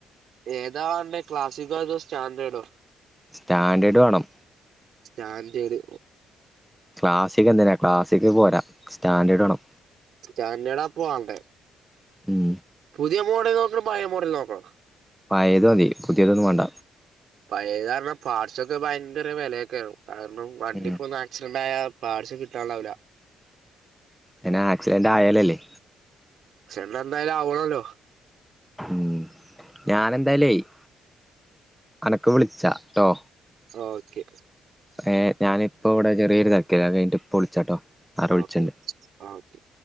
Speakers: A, on the right; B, in the centre.
A: ഏതാ വാണ്ടേ ക്ലാസിക്ക് അതോ ചാന്ദേടോ
B: സ്റ്റാൻഡേർഡ് വേണം
A: ഞാൻ തരു
B: ക്ലാസിക് എന്തിനാ ക്ലാസിക് പോരാ! സ്റ്റാൻഡേർഡ് വേണം
A: സ്റ്റാൻഡേർഡ് ആ ഇപ്പോ വാണ്ടേ
B: ഉം
A: പുതിയ മോഡൽ നോക്കണോ പയ മോഡൽ നോക്കണോ?
B: പഴയത് മതി പുതിയതൊന്നും വേണ്ട
A: പഴയത് പറഞാൽ പാർട്സൊക്കെ ഭയങ്കര വില എയ്കാരം കാരണം വണ്ടിപ്പോ
B: ഉം
A: ഒന്ന് ആക്സിഡന്റ് ആയാ പാർട്സ് കിട്ടാണ്ടാവൂല്ല
B: പിന്നെ ആക്സിഡന്റ് ആയാലല്ലേ
A: എന്ന എന്തായാലും ആവണല്ലോ
B: ഉം ഞാനെന്തായാലും അനക്ക് വിളിച്ചാട്ടോ
A: ഓക്കെ
B: ഏ ഞാനിപ്പോ ഇവിടെ ചെറിയൊരു തെരക്കിലാ അത് കഴിഞ്ഞ് ഇപ്പോ വിളിച്ചാട്ടോ ആരോ വിളിച്ചിണ്ട്
A: ഓക്കെ ആ ഓക്കെ